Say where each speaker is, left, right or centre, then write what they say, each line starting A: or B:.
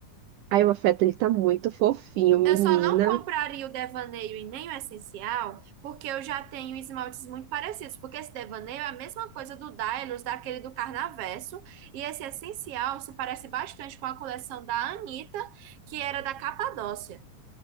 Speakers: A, on the right; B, on the right.
A: Aí o afeto, ele tá muito fofinho, menina.
B: Eu só não compraria o devaneio e nem o essencial, porque eu já tenho esmaltes muito parecidos. Porque esse devaneio é a mesma coisa do Dailus, daquele do Carnaverso. E esse essencial se parece bastante com a coleção da Anitta, que era da Capadócia.